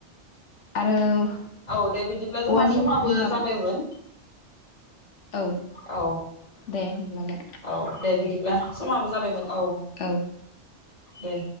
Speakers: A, on the left; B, on the left.
A: आरो औवानि
B: औ दे बिदिब्ला जोंहा समाबो
A: बिखहाय माबा
B: जाबायमोन
A: औ
B: औ
A: दे होमब्लालाय
B: औ दे बिदिब्ला समाबो जाबायमोन औ
A: औ
B: दे।